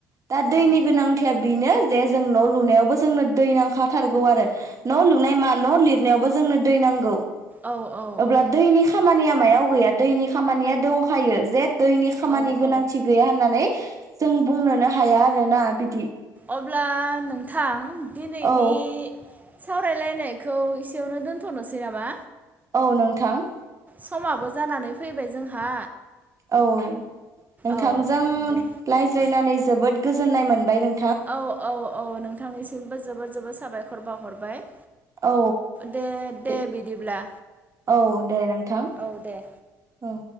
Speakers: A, on the right; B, on the right.
A: दा दैनि
B: औ
A: गोनांथिआ बेनो जे जों न' लुनायावबो जोंनो दै नांखाथारगौ आरो न' लुनाय मा न' लिरनायावबो जोंनो दै नांगौ‌‌‍।
B: औ औ
A: अब्ला
B: औ
A: दैनि खामानिया मायाव गैया दैनि खामानिया दंखायो जे दैनि खामानि
B: औ
A: गोनांथि
B: औ
A: गैया होननानै जों बुंनोनो हाया आरोना बिदि
B: अब्ला नोंथां दिनैनि
A: औ
B: सावरायलायनायखौ इसेयावनो दोनथ'नोसै नामा?
A: औ नोंथां।
B: समाबो जानानै फैबाय जोंहा।
A: औ नोंथांजों
B: औ दे
A: रायज्लायनानै जोबोद गोजोननाय मोनबाय नों
B: औ औ औ नोंथांनिसिमबो जोबोद जोबोद साबायखर बावहरबाय।
A: औ
B: दे
A: दे
B: बिदिब्ला
A: औ दे नोंथां
B: औ दे
A: औ